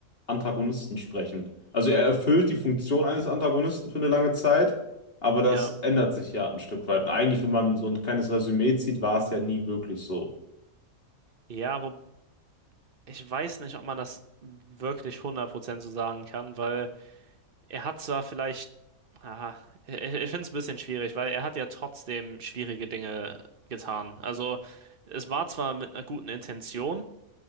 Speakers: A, on the left; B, on the right.
A: Antagonisten sprechen. Also er erfüllt die Funktion eines Antagonisten für eine lange Zeit, aber das
B: Ja,
A: ändert sich ja ein Stück weit. Und eigentlich, wenn man so ein kleines Resümee zieht, war es ja nie wirklich so.
B: ja, wo ich weiß nicht, ob man das wirklich hundert Prozent so sagen kann, weil er hat zwar vielleicht, ah, ich, ich finde es ein bisschen schwierig, weil er hat ja trotzdem schwierige Dinge getan. Also es war zwar mit einer guten Intention,